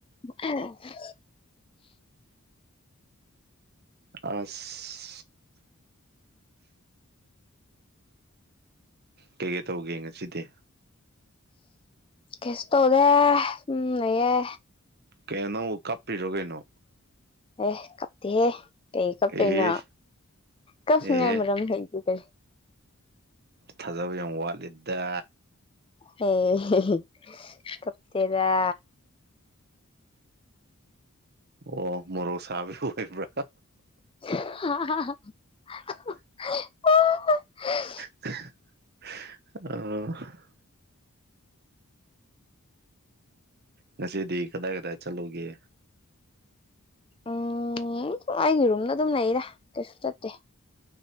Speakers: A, on the left (about 25°); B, on the right (about 45°).
A: <inaudible>
B: ꯑꯁ ꯀꯩ ꯀꯩ ꯇꯧꯒꯦ ꯉꯁꯤꯗꯤ꯫
A: ꯀꯦꯁꯨ ꯇꯧꯗꯦ ꯁꯨꯝ ꯂꯩꯌꯦ꯫
B: ꯀꯩꯅꯣ ꯅꯪꯕꯨ ꯀꯥꯞꯄꯤꯔꯣ ꯀꯩꯅꯣ꯫
A: ꯑꯦ ꯀꯞꯇꯦꯍꯦ ꯀꯩ ꯀꯞꯇꯣꯏꯅꯣ
B: ꯑꯦ
A: ꯀꯞꯐꯅꯤꯡꯉꯥꯏ
B: ꯑꯦꯍꯦ
A: ꯃꯔꯝ ꯂꯩꯇꯦ ꯀꯩ꯫
B: ꯊꯥꯖꯕ ꯌꯥꯝ ꯋꯥꯠꯂꯤꯗ꯫
A: ꯍꯦ ꯍꯦ ꯍꯦ ꯀꯞꯇꯦꯗ꯫
B: ꯑꯣ ꯃꯣꯔꯣꯛ ꯁꯥꯕꯩ ꯑꯣꯏꯕ꯭ꯔꯥ
A: <unintelligible>
B: <unintelligible> <unintelligible> ꯉꯁꯤꯗꯤ ꯀꯗꯥꯏ ꯀꯗꯥꯏ ꯆꯠꯂꯨꯒꯦ
A: ꯎꯝ ꯑꯩꯒꯤ ꯔꯨꯝꯗ ꯑꯗꯨꯝ ꯂꯩꯔꯥ ꯀꯩꯁꯨ ꯆꯠꯇꯦ